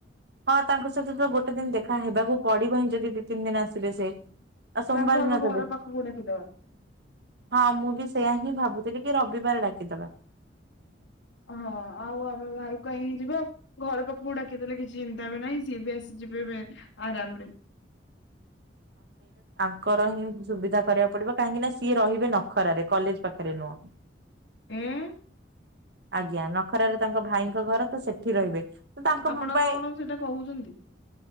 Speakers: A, on the right (about 60°); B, on the left (about 80°).
A: ହଁ ତାଙ୍କ ସହିତ ତ ଗୋଟେ ଦିନ ଦେଖା ହେବାକୁ ପଡିବ ହିଁ ଯଦି ଦି ତିନି ଦିନ ଆସିବେ ସେ। ଆଉ ସୋମବାର
B: ତାଙ୍କୁ ଆମ
A: ଦିନ ତବେ
B: ଘର ପାଖକୁ ଡାକିଦବା
A: ହଁ ମୁଁ ବି ସେଇୟା ହିଁ ଭାବୁ ସେଠିକି ରବିବାର ଡାକିଦବା।
B: ହଁ ଆଉ ଆମେ ବାହାରକୁ କାଇଁ ଯିବା ଘର ପାଖକୁ ଡାକିଦେଲେ କିଛି ଚିନ୍ତା ବି ନାହିଁ ସିଏ ବି ଆସି ଯିବେ ବେ ଆରାମରେ।
A: <unintelligible> ଙ୍କର ହିଁ ସୁବିଧା କରିବାକୁ ପଡିବ କାହିଁକି ନା ସିଏ ରହିବେ ନଖରାରେ କଲେଜ ପାଖରେ ନୁହଁନ୍ତି।
B: ଉଁ।
A: ଆଜ୍ଞା ନଖରାରେ ତାଙ୍କ ଭାଇଙ୍କ ଘର ତ ସେଠି ରହିବେ। ତାଙ୍କ
B: ଆପଣ
A: ମୁମ୍ବାଇ
B: କଣ ସେଇଟା କହୁଛନ୍ତି